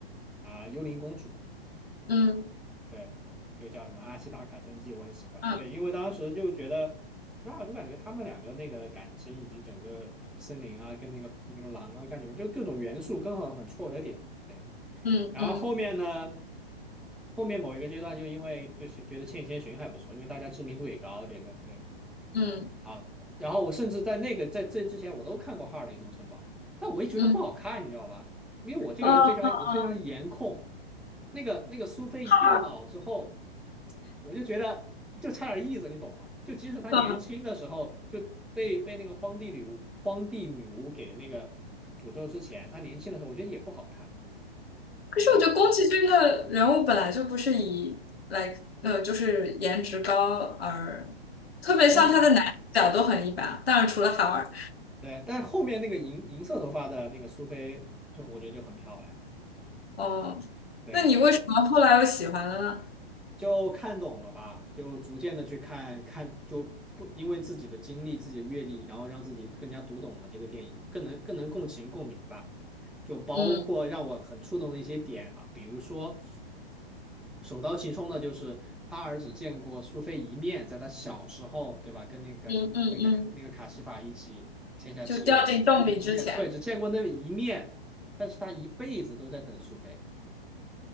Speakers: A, in the centre; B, on the left.
A: 啊、幽灵公主，
B: 嗯
A: 对，又叫什么阿西达卡真纪，我很喜欢。
B: 嗯
A: 对，因为当时就觉得，不知道就感觉他们两个那个感情以及整个森林啊，跟那个那个狼啊，感觉就各种元素刚好很戳我的点。对，
B: 嗯嗯
A: 然后后面呢？后面某一个阶段，就因为就是觉得《千与千寻》还不错，因为大家知名度也高，这个对，
B: 嗯
A: 啊，然后我甚至在那个在这之前我都看过哈尔的移动城堡，但我一觉得不好看，
B: 嗯。
A: 你知道吧？因为我这个人非常我非常颜控，
B: 嗯嗯嗯，
A: 那个那个苏菲一变老之后，
B: 他
A: 我就觉得就差点意思，你懂吗？就即使她年轻的时候就被被那个荒地女巫荒地女巫给那个诅咒之前，
B: 嗯，
A: 她年轻的时候我觉得也不好看，
B: 可是我觉得宫崎骏的人物本来就不是以来呃，
A: 对，
B: 就是颜值高而，特别像他的男主角都很一般，
A: 但是
B: 当然除了哈尔。
A: 对，但是后面那个银银色头发的那个苏菲就我觉得就很漂亮。
B: 哦，
A: 对，
B: 那你为什么后来又喜欢了呢？
A: 哎，就看懂了吧，就逐渐的去看看，就不因为自己的经历、自己的阅历，然后让自己更加读懂了这个电影，更能更能共情共鸣吧。就包括让我很触动的一些点啊，
B: 嗯
A: 比如说首当其冲的就是哈尔只见过苏菲一面，在他小时候，对吧？跟那个那个卡那个卡西法一起签下契约的时候，
B: 嗯嗯嗯，就掉进洞里之前，
A: 只见过一面，对，只见过那一面，但是他一辈子都在等苏菲。